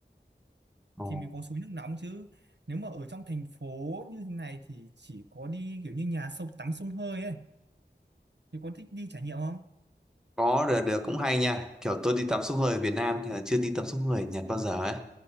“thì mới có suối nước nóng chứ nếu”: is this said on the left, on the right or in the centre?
Right